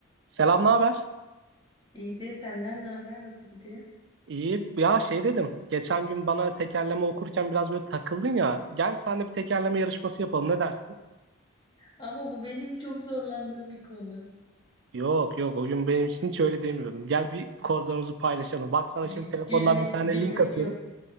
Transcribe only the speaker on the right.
Selam, ne haber?
İyi. Ya şey dedim. Geçen gün bana tekerleme okurken biraz böyle takıldın ya. Gel sen de bir tekerleme yarışması yapalım. Ne dersin?
Yok yok o gün benim için hiç öyle demiyordum. Gel bir kozlarımızı paylaşalım. Bak sana
şimdi telefondan
bir tane
link atıyorum.